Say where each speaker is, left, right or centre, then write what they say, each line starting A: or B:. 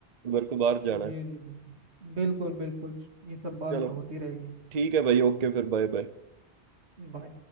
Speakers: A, on the right; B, on the right.
A: मेरे को बाहर जाना
B: जी
A: है
B: जी बिल्कुल बिल्कुल बिल्कुल ये सब बात
A: चलो
B: तो होती रहेगी
A: ठीक है भाई ओके फिर बाय बाय
B: बाय